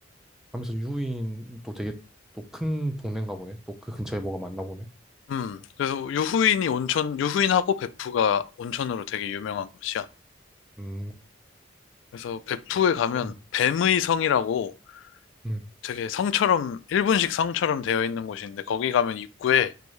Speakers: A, in the centre; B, on the left.
A: 하면서 유후인도 되게 또 큰 동네인가 보네. 또 그 근처에 뭐가 많나 보네.
B: 음. 그래서 유후인이 온천, 유후인하고 벳푸가 온천으로 되게 유명한 곳이야.
A: 음,
B: 그래서 벳푸에
A: 뭐꼭
B: 가면
A: 한번.
B: 뱀의 성이라고
A: 음,
B: 되게 성처럼, 일본식 성처럼 되어 있는 곳인데 거기 가면 입구에